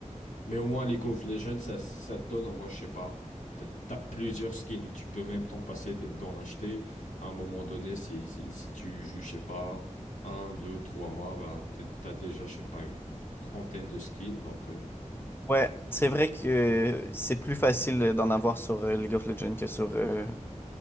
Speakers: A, on the left; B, on the left.
A: Mais au moins, League of Legends, ça, ça te donne, moi, je sais pas, t'as t'as plusieurs skins, tu peux même t'en passer de- d'en acheter. À un moment donné, si, si, si tu joues, je sais pas, un, deux, trois mois, bah, t'es- t'as déjà, je sais pas, une trentaine de skins. Donc, euh,
B: Ouais, c'est vrai que euh, c'est plus facile d'en avoir sur euh, League of Legends que sur euh,